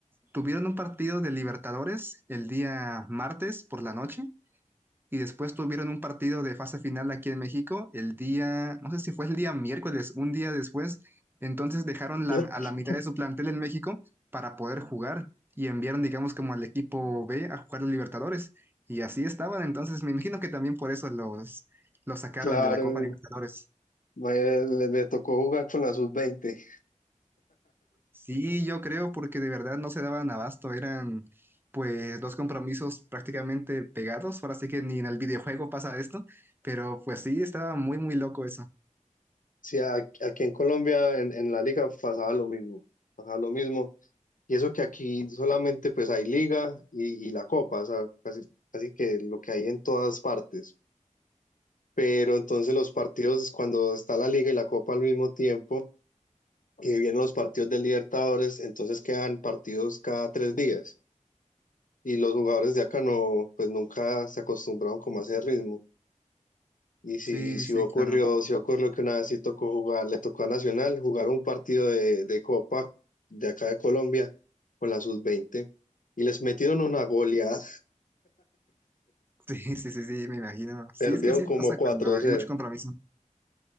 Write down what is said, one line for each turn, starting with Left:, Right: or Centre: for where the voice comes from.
Right: tuvieron un partido de Libertadores el día martes por la noche y después tuvieron un partido de fase final aquí en México el día, no sé si fue el día miércoles, un día después. Entonces dejaron la-
Left: <laughs>
Right: a la mitad de su plantel en México para poder jugar y enviaron, digamos, como al equipo B a jugar los Libertadores. Y así estaban. Entonces me imagino que también por eso los, los sacaron
Left: claro,
Right: de la Copa Libertadores.
Left: ma- le, le- tocó jugar con la sub veinte
Right: Sí, yo creo, porque de verdad no se daban abasto. Eran pues dos compromisos prácticamente pegados. Ahora sí que ni en el videojuego pasa esto. Pero pues sí, estaba muy, muy loco eso.
Left: Sí, a- aquí en Colombia en, en la liga pasaba lo mismo, pasaba lo mismo. Y eso que aquí solamente pues hay liga y, y la copa, o sea, casi, casi que lo que hay en todas partes. Pero entonces los partidos, cuando está la liga y la copa al mismo tiempo, y vienen los partidos de Libertadores, entonces quedan partidos cada tres días. Y los jugadores de acá no, pues nunca se acostumbraron como a ese ritmo. Y si,
Right: Sí,
Left: si
Right: sí,
Left: ocurrió,
Right: claro. <laughs>
Left: si ocurrió que una vez sí tocó jugar, le tocó a Nacional jugar un partido de, de copa de acá de Colombia con la sub-20 y les metieron una goleada
Right: Sí, sí, sí, sí, me imagino. Sí,
Left: Perdieron
Right: es que así
Left: como
Right: pasa
Left: 4
Right: cuando hay
Left: cero
Right: mucho compromiso.